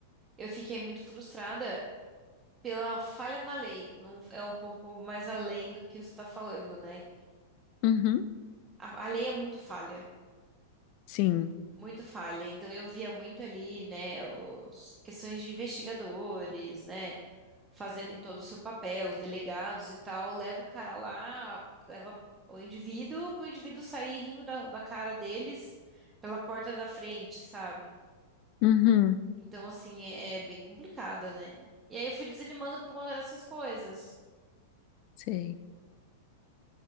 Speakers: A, on the right; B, on the left.
A: eu fiquei muito frustrada pela falha na lei. Não, é um pouco mais além do que você está falando, né?
B: uhum.
A: A, a lei é muito falha.
B: Sim,
A: Muito falha. Então eu via muito ali, né, os questões de investigadores, né, fazerem todo o seu papel, os delegados e tal, leva o cara lá, leva o indivíduo para o indivíduo sair rindo da, da cara deles pela porta da frente, sabe?
B: uhum.
A: Então assim é, é bem complicada, né? E aí eu fui desanimando por conta dessas coisas.
B: Sei.